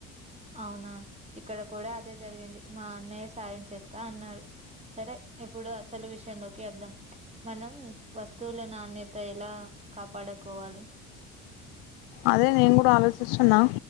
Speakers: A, on the right; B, on the left.
A: అవునా ఇక్కడ కూడా అదే జరిగింది మా అన్నయ్య సాయం చేస్తా అన్నాడు సరే ఇప్పుడు అసలు విషయం లోకి వద్దం మనం వస్తువుల నాణ్యత ఎలా కాపాడకోవాలి.
B: అదే నేను కూడా ఆలోచిస్తున్నా